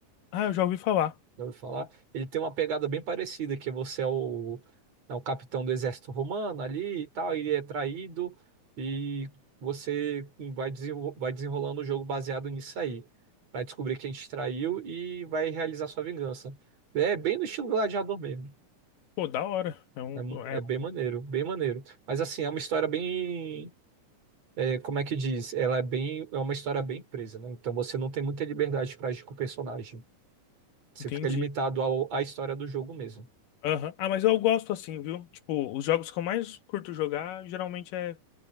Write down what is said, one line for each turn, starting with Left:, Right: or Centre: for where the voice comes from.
Left: Ah, eu já ouvi falar.
Right: Já ouviu falar? Ele tem uma pegada bem parecida, que você é o, é o capitão do exército romano ali e tal, ele é traído e você vai, desenro- vai desenrolando o jogo baseado nisso aí. Vai descobrir quem te traiu e vai realizar sua vingança. É bem no estilo Gladiador mesmo.
Left: Pô, da hora. É um,
Right: É, mu-
Left: é
Right: é bem maneiro,
Left: um
Right: bem maneiro. Mas assim, é uma história bem. é, como é que diz? Ela é bem. É uma história bem presa, né? Então você não tem muita liberdade para agir com o personagem. Você
Left: Entendi.
Right: fica limitado ao, à história do jogo mesmo.
Left: Aham. Ah, mas eu gosto assim, viu? Tipo, os jogos que eu mais curto jogar geralmente é,